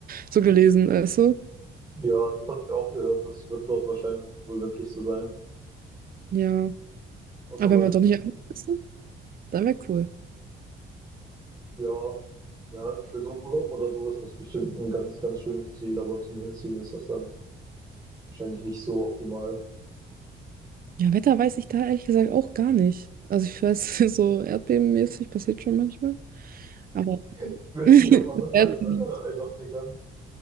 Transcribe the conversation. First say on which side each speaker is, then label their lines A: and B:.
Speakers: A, on the right; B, on the right.
A: so gelesen, weißt du?
B: Ja, das habe ich auch gehört. Das wird dort wahrscheinlich wohl wirklich so sein.
A: Ja,
B: Außer
A: aber
B: man
A: wenn man
B: ist,
A: doch nicht arbeiten müsste, dann wäre cool.
B: ja, ja, für so Urlaub oder so ist das bestimmt ein ganz, ganz schönes Ziel, aber zum Hinziehen ist das dann wahrscheinlich nicht so optimal.
A: Ja, Wetter weiß ich da ehrlich gesagt auch gar nicht. Also ich weiß, <laughs> so erdbebenmäßig passiert schon manchmal. Aber
B: Ich weiß
A: <laughs>
B: nicht, ob man das
A: Erdbeben.
B: als Wetter einordnen kann.